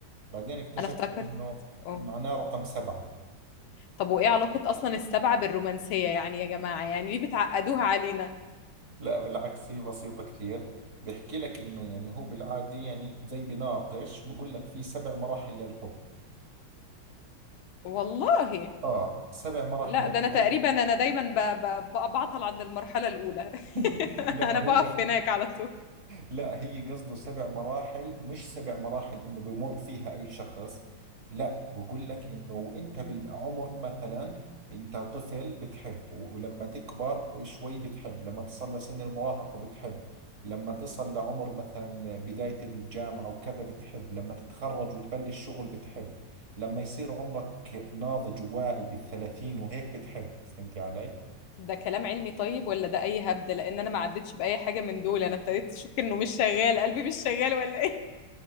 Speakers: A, on the right; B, on the left.
A: بعدين اكتشفت
B: انا افتكرت
A: إنه
B: اه
A: معناه رقم سبعة
B: طب وايه علاقة اصلا السبعة بالرومانسية يعني يا جماعة يعني ليه بتعقدوها علينا
A: لا بالعكس هي بسيطة كثير بيحكي لك إنه يعني هو بالعادة يعني زي بناقش بقول لك في سبع مراحل للحب
B: والله
A: آه سبع مراحل
B: لا
A: للحب
B: ده انا تقريبا انا دايما ب- ب- ب- بعطل عند المرحله الاولى <laughs>
A: <laughs> لا
B: انا
A: هو
B: بقف هناك على طول
A: لا هي قصده سبع مراحل مش سبع مراحل انه بمر فيها اي شخص لا بقول لك انه وانت بالعمر مثلا انت طفل بتحب ولما تكبر شوي بتحب لما تصل لسن المراهقة بتحب لما تصل لعمر مثلا بداية الجامعة وكذا بتحب لما تتخرج وتبلش شغل بتحب لما يصير عمرك ناضج وواعي بالثلاثين وهيك بتحب فهمتي علي؟
B: ده كلام علمي طيب ولا ده اي هبده لان انا ما عدتش باي حاجه من دول انا ابتديت اشك انه مش شغال قلبي مش شغال ولا ايه